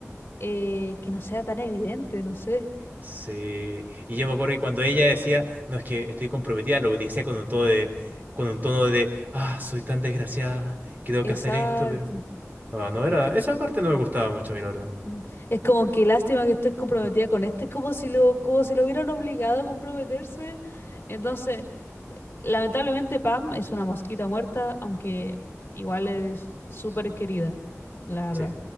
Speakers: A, on the left (about 40°); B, on the right (about 35°).
A: eh, que no sea tan evidente, no sé.
B: Sí. Y yo me acuerdo que cuando ella decía, no, es que estoy comprometida, lo decía con un tono de, con un tono de, ah, soy tan desgraciada, que tengo
A: Exacto.
B: que hacer esto, pero Ah, no era.
A: Es, co-
B: Esa parte no me gustaba mucho a mí, la verdad.
A: mm, es como que lástima que estoy comprometida con este, como si lo, como si lo hubieran obligado a comprometerse. Entonces, lamentablemente Pam es una mosquita muerta, aunque igual es súper querida, la verdad.
B: Sí,